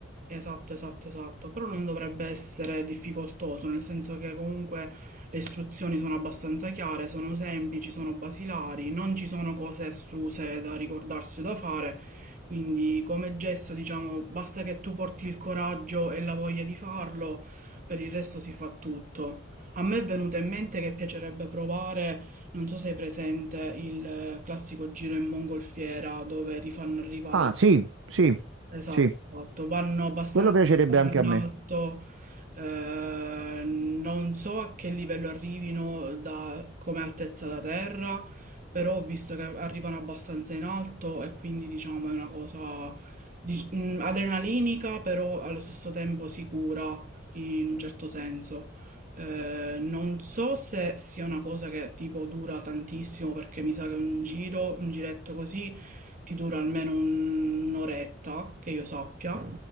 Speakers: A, on the right; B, on the right.
A: Esatto, esatto, esatto, però non dovrebbe essere difficoltoso, nel senso che comunque le istruzioni sono abbastanza chiare, sono semplici, sono basilari, non ci sono cose estruse da ricordarsi o da fare, quindi come gesto, diciamo, basta che tu porti il coraggio e la voglia di farlo, per il resto si fa tutto. A me è venuto in mente che piacerebbe provare, non so se hai presente, il eh, classico giro in mongolfiera dove ti fanno arrivare
B: Ah, sì, sì,
A: Esatto,
B: sì.
A: esatto. Vanno abbastanza
B: Quello piacerebbe anche
A: in
B: a me.
A: alto, eh, non so a che livello arrivino da- come altezza da terra, però ho visto che arrivano abbastanza in alto e quindi diciamo è una cosa di- mh, adrenalinica, però allo stesso tempo sicura in un certo senso. Eh, non so se sia una cosa che tipo dura tantissimo perché mi sa che un giro, un giretto così che dura almeno un'oretta, che io sappia.